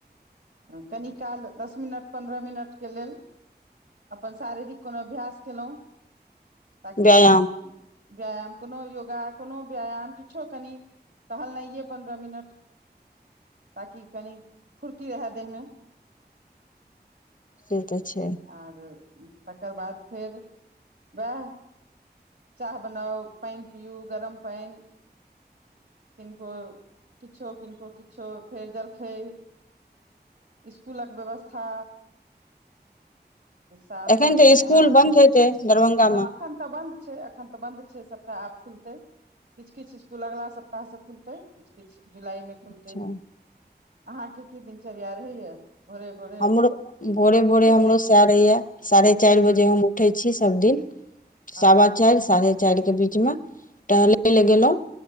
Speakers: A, on the right; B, on the left.
A: कनि काल दस मिनट पन्द्रह मिनटके लेल अपन शारीरिक कोनो अभ्यास केलौं ताकि
B: व्यायाम
A: कनि व्यायाम कोनो योगा कोनो व्यायाम किछो कनि टहलनाइये पन्द्रह मिनट ताकि कनि फुर्ती रहए देहमे
B: से तऽ छै
A: आर तकर बाद फेर वएह चाह बनाउ पानि पियू गरम पानि किनको किछो किनको किछो फेर जलखैय इस्कुलक व्यवस्था साफ
B: एखन
A: सफाइ
B: तऽ स्कुल
A: अहाँ
B: बन्द हेतै दरभंगा
A: हँ
B: मे
A: एखन तऽ बन्द छै एखन तऽ बंन्द छै सबटा आप खुलतै किछ किछ इस्कुल अगला सप्ताह स खुलतै किछ किछ जुलाई मे फुलतैे
B: अच्छा
A: अहाँके की दिनचर्या रहै या भोरे भोरे
B: हमरो भोरे भोरे
A: उठैत
B: हमरो
A: देरी
B: सएह रहैया साढ़े चारि बजे हम उठै छी सबदिन
A: अच्छा
B: सावाचारि साढ़े चार के बीच मे टहलै
A: हूँ
B: लए गेलौं